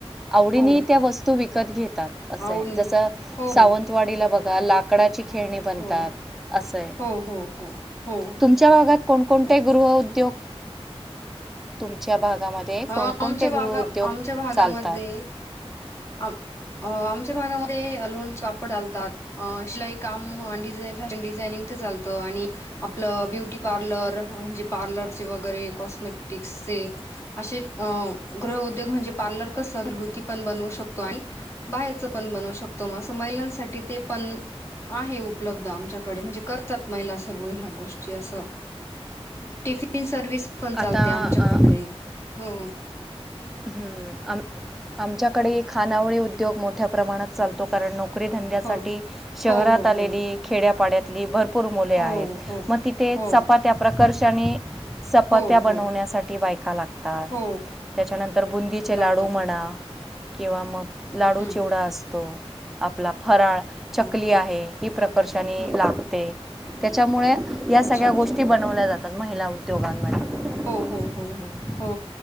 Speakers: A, in the centre; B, on the left (about 25°).
A: आवडीने
B: हो
A: त्या वस्तू विकत घेतात. असं
B: आवनी
A: आहे, जस
B: हो
A: सावंतवाडीला बघा लाकडाची- खेळणी बनतात,
B: हो
A: असाय.
B: हो हो हो हो हो
A: तुमच्या भागात कोणकोणते
B: अच्छा
A: गृहउद्योग- तुमच्या भागामध्ये
B: अ,
A: कोणकोणते
B: आमच्या
A: गृहउद्योग
B: भागा आमच्या भागामध्ये
A: चालतात?
B: आम- आमच्या भागामध्ये लोणचे, पापड चालतात. अ शिलाई काम, डिझा, फॅशन डिझायनिंगच चालतं आणि- आपलं ब्युटी पार्लर, म्हणजे पार्लरचे वगैरे कॉस्मेटिक्सचे. असे अ, गृह उद्योग म्हणजे पार्लर कसं घरगुती पण बनवू शक- <unintelligible> पण, बाहेरच पण बनवू शकतो, मगं महिलांसाठी ते पण- आहे उपलब्ध आमच्याकडे, म्हणजे करतात महिला सर्व ह्या गोष्टी असं. टिफिन सर्विस पण
A: आता
B: चालते आमच्याकडे, हो.
A: हम्म, आम- आमच्याकडे ही खानावळी उद्योग मोठ्या प्रमाणात- चालतो, कारण नोकरी धंद्यासाठी
B: हो
A: शहरात
B: हो हो
A: आलेली,
B: हो
A: खेड्यापाड्यातली, भर- पुर मुले
B: हो
A: आहेत,
B: हो
A: मग तिथे चपात्या प्रकर्षने- चपात्या
B: हो
A: बनवण्यासाठी
B: हो
A: बायका लागतात.
B: हो
A: त्याच्यानंतर बुंदीचे
B: लागतात
A: लाडू म्हणा
B: लागतात.
A: किंवा मग लाडू
B: हम्म
A: चिवडा असतो. आपला फराळ, चकली
B: हो हो
A: आहे, ही प्रकर्षाने
B: हम्म
A: लागते, त्याच्यामुळे- या
B: अच्छा
A: सगळ्या
B: अच्छा
A: गोष्टी बनवल्या जातात, महिला उद्योगांमध्ये.
B: हो, हो, हो,
A: हं.
B: हो.